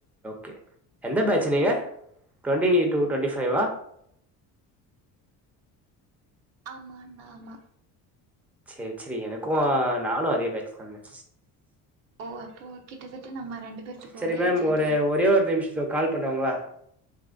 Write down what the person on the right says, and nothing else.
ஆமாண்ணா ஆமா
ஓ அப்போ கிட்டத்தட்ட நம்ம ரெண்டு பேர்த்துக்கு
ஒரே
ஏஜாதா
இருக்கு